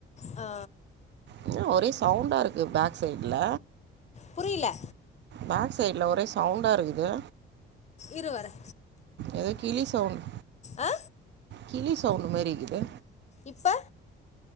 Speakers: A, on the left; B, on the right.
A: ஆ
B: என்ன ஒரே சவுண்டா இருக்கு பேக் சைட்ல
A: புரியில
B: பேக் சைட்ல ஒரே சவுண்டா இருக்குது
A: இரு வர்ரே
B: எதோ கிளி சவுண்ட்
A: ஆ
B: கிளி சவுண்ட் மாரி இக்குது
A: இப்ப